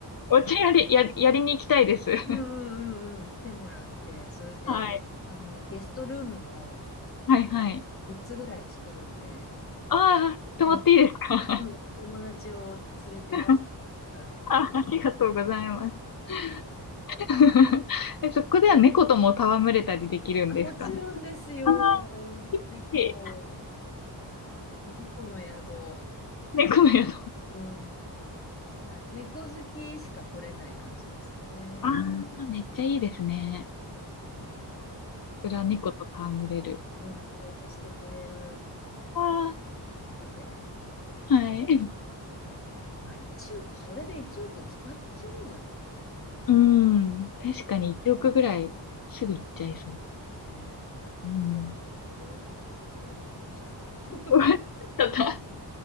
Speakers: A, on the left (about 55°); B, on the left (about 30°).
A: お茶やり、や、やりに行きたいです。<laughs>
B: う。うんうんうんうん。来てもらって、それで、
A: はい。
B: あの、ゲストルームも
A: はいはい。
B: 3つぐらい作るんで、
A: ああ、泊まっていいですか
B: うん、うんお友達を連れていらしてください。
A: <laughs> あ、ありがとうございます。<laughs> えそこでは猫とも戯れたりできるんですか
B: あ、もちろんですよ。
A: ああー、いいいい
B: 猫、猫の宿。
A: 猫の宿。
B: うん。あ猫好きしか来れない感じですかね。
A: ああ、めっちゃいいですね。
B: うんうん。猫が、
A: それは猫と戯れる。
B: うん、添い寝してくれる
A: あ
B: 宿で。
A: あ、はい。
B: うん、まあ1億、それで1億使っちゃうんじゃないでも。
A: うん。確かに1億ぐらいすぐ行っちゃいそう。
B: ね。
A: うん。
B: じゃあ、それ終わりになっちゃった。<laughs>
A: <laughs> 終わっちゃった。